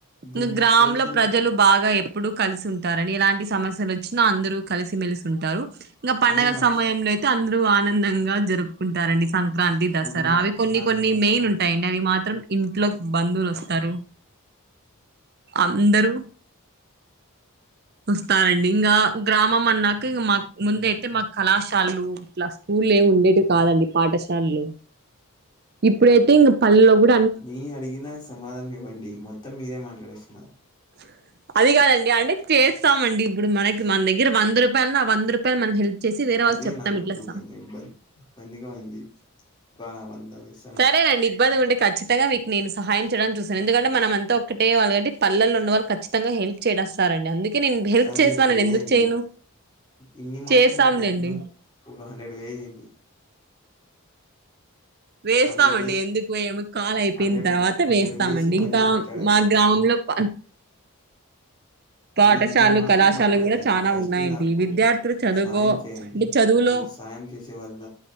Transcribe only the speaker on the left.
ఇప్పుడు
మీకు
తోచింది
అదే నాకు
స
ఇప్పుడు
నాకు
నాకు
కొంచెం
నీ అడిగిన సమాధానం ఇవ్వండి మొత్తం మీరే మాట్లాడేస్తున్నారు.
అదీ
నాకిప్పుడు
కొంచెం ఇబ్బంది ఇబ్బందిగా ఉంది వా వంద వెసు.
సర్లే
ఇప్పుడు
వేయండి
ఇన్ని మాటలు
మాట్లాడుతున్నారు ఒక హండ్రెడ్ వెయ్యండి.
హండ్రెడ్ వేసి
హండ్రెడ్
హండ్రెడ్
వేసి మళ్ళీ
మాట్లాడండి
మీరిన్ని మాటలు
మాట్లాడదండి
ఫస్ట్
నాకు
సాయం చేయండి
మీరు సాయం. చేసే వాళ్ళ